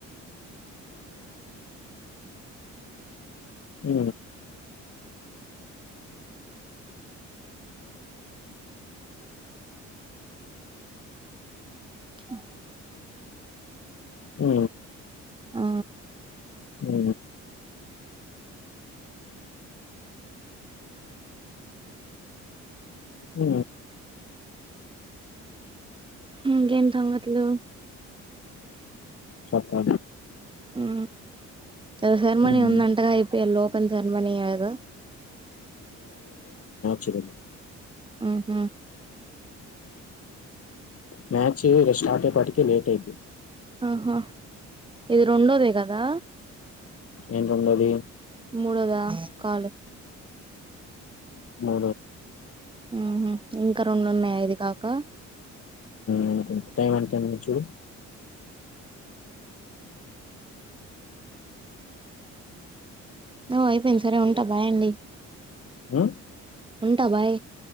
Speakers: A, on the left (about 50°); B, on the right (about 15°).
A: అ
B: అ
A: అ
B: ఆ
A: ఉ హ
B: ఇంకేం సంగట్లు
A: చెప్ప
B: ఉ అది సెర్మనీ
A: హ్మ్
B: ఉందంటగా అయిపోయాాల ఓపెన్ సెర్మనీ అదు
A: చెచ్చ
B: ఆహ
A: మ్యాచ్ స్టార్ట్ అయిప్పటిక లేట్ అయితే
B: ఆహో ఇది రెండోదే కదా
A: ఏంటండది
B: మూడదా కాలు
A: బ
B: ఆ ఇంకా రెండు ఉన్నాయి అది కాక
A: అనుకుంట టైం అతు చూ
B: నువ్ అయిపోయింది సరే ఉంటా బాయండి
A: అ
B: ఉంటా బాయ్